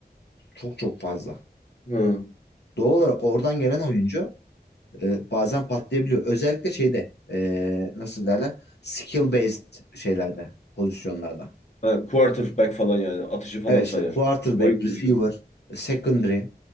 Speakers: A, on the left; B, on the left.
A: çok çok fazla.
B: Ha.
A: Doğal olarak oradan gelen oyuncu e, bazen patlayabiliyor. Özellikle şeyde e, nasıl derler? Skill based şeylerde, pozisyonlarda.
B: Ha, quarterback falan yani. Atıcı falan
A: Evet
B: sayar.
A: işte quarterback,
B: Oyun kurucu.
A: receiver, secondary,